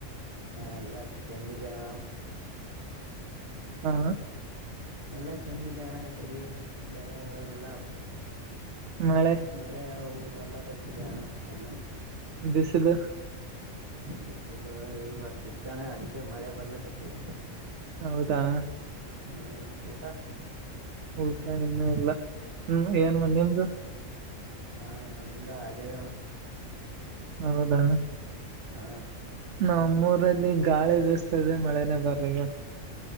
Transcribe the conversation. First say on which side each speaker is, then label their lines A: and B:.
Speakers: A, on the right; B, on the right.
A: ಎಲ್ಲ ಚಂದಿದೇಣ
B: ಹಾ
A: ಎಲ್ಲಾ ಚೆಂದಿದೆ ಅಣ್ಣ ಈ ಕಡೆ ಬೆಳೆ ಎಲ್ಲಾ
B: ಮಳೆ
A: ಮಳೆ ಅವು ಬರ್ಲಕತ್ತಿದೆ ಹಣ್ಣ ಸಣ್ಣ
B: ಬಿಸಲು
A: ಬಿಸಿಲು ಇವತ್ತ ಇತ್ತಣ ಅದಕ್ಕೆ ಮಳೆ ಬರ್ಲಕ್ಕತ್ತದ
B: ಹೌದಾ
A: ಹಣ ಊಟ
B: ಊಟ ಇನ್ನ ಇಲ್ಲ ಹ್ಮ್ ಏನ್ ನಿಮ್ದು
A: ಹಾ ನಮ್ದ ಹಾಗೇದಣ
B: ಹೌದಾ
A: ಹಾ
B: ನಮ್ಮೂರಲ್ಲಿ ಗಾಳಿ ವ್ಯವಸ್ತ ಇದೆ ಮಳೆನೆೇ ಬರ್ ನಂಗಾದ್